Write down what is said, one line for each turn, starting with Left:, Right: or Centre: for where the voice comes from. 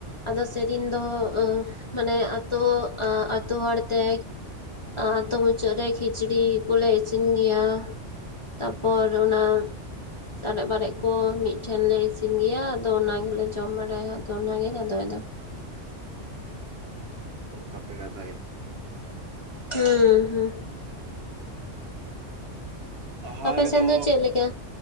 Left: ᱟᱫᱚ ᱥᱮᱫᱤᱱ ᱫᱚ ᱢᱟᱱᱮ ᱟᱛᱳ ᱟᱛᱳ ᱦᱚᱲᱛᱮ ᱟᱛᱳ ᱢᱩᱪᱟᱹᱫ ᱨᱮ ᱠᱷᱤᱪᱲᱤ ᱠᱚᱞᱮ ᱤᱥᱤᱱ ᱜᱮᱭᱟ ᱾ ᱛᱟᱯᱚᱨ ᱚᱱᱟ ᱥᱟᱨᱮᱡ ᱵᱟᱨᱮᱡ ᱠᱚ ᱢᱤᱫᱴᱷᱮᱱ ᱞᱮ ᱤᱥᱤᱱ ᱜᱮᱭᱟ, ᱟᱫᱚ ᱚᱱᱟ ᱜᱮᱞᱮ ᱡᱚᱢ ᱵᱟᱲᱟᱭᱟ ᱟᱫᱚ ᱚᱱᱟ ᱜᱮ ᱜᱟᱫᱚᱭ ᱫᱚ ᱾
Right: ᱵᱟ ᱯᱮ ᱜᱟᱫᱚᱭᱟ?
Left: ᱦᱩᱸ ᱦᱩᱸ ᱾
Right: ᱵᱟᱦᱟ
Left: ᱟᱯᱮ
Right: ᱨᱮᱫᱚ
Left: ᱥᱮᱱ ᱫᱚ ᱪᱮᱫ ᱞᱮᱠᱟ